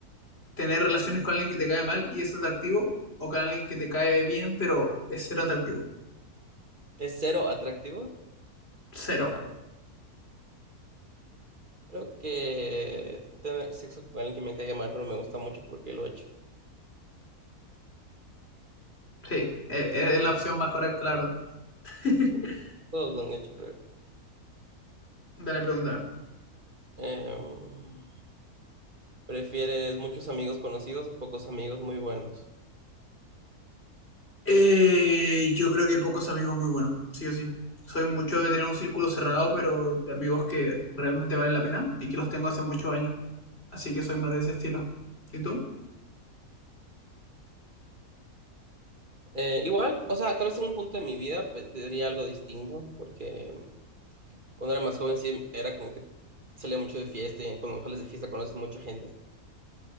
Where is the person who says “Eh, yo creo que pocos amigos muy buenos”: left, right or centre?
Left